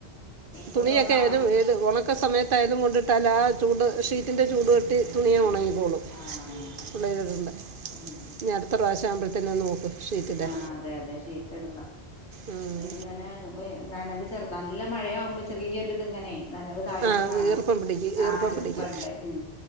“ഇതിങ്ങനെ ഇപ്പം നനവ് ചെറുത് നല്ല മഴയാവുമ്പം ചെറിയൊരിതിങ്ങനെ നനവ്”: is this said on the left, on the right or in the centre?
Left